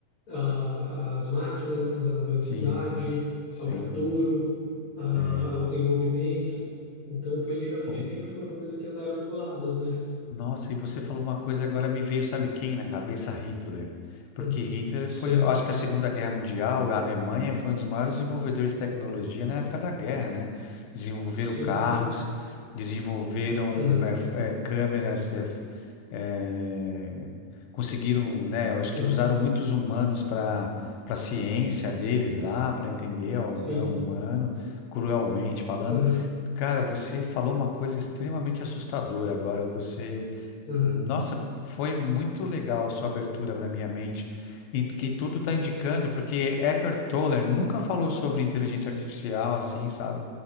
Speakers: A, on the left; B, on the left.
A: a- às máquinas, à velocidade,
B: Sim, sim.
A: ao futuro, a-
B: É.
A: ao desenvolvimento. Então, politicamente
B: Ou
A: sempre foram coisas que andaram coladas, né?
B: Nossa, e você falou uma coisa e agora me veio, sabe quem na cabeça? Hitler. Porque
A: Hum.
B: Hitler foi,
A: Sim,
B: eu acho que a Segunda Guerra Mundial, a Alemanha foi um dos maiores desenvolvedores de tecnologia na época da guerra, né? Desenvolveram
A: sim,
B: carros,
A: sim.
B: desenvolveram
A: Uhum,
B: eh, f- eh, câmeras, eh, f- eh, conseguiram, né? Eu acho que
A: uhum.
B: usaram muitos humanos para para a ciência deles lá, para entender
A: Sim.
B: o, né, o humano, cruelmente falando.
A: Uhum,
B: Cara, você falou uma coisa extremamente assustadora agora. Você,
A: uhum,
B: nossa, foi muito legal a sua abertura para minha mente, em que tudo está indicando, porque Eckhart Tolle nunca falou sobre inteligência artificial, assim, sabe?